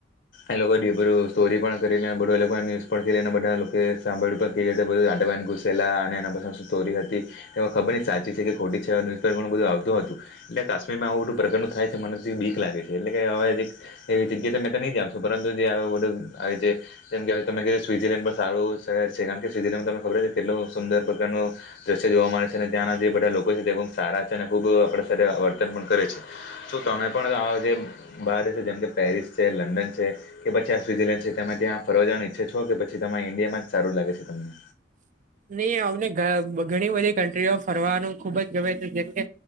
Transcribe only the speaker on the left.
એ લોકો બધું સ્ટોરી પણ કરી લને બધું અલગ ન્યુઝ બધા લોકો સાંભળ આ ઘુસેલા અને એના પ શોરી હતી. એમાં ખબરની સાચી છે કે ખોટી છે હવે ન્યુઝપેપર ઘણ બધું આવત હતું એટલે કાશ્મીરમાં આ બધું પ્રકણ થાય છે મથી બી લાગે છે એટલે કે હવે એ જગ્યા તમે નહી જશો પરંતુ જે બું કહેવાય ત સ્વિઝીલેન્ડ પણ સારું શહેર છે કારણ કે સ્વિઝર્લેન્ડ તને ખબ છે કેટલુંદ પ્રકારનું દ્રશ્ય જોવા મળે છે. ત્યાંના જે બધા લોકો છે તેબ સારા છે અને ખુબ આપ સાથે વર્તન પણ કરે છે તમે પણ <unintelligible> જેમ કે પેરિસ છે લંડન છે કે પછી સ્વિઝરલેન્ડ છે તે ત્યાં ફરવાનું ઈચ્છે છો કે પછી તમારે ઇન્ડિયામાં જ સારું લાગે છે તમને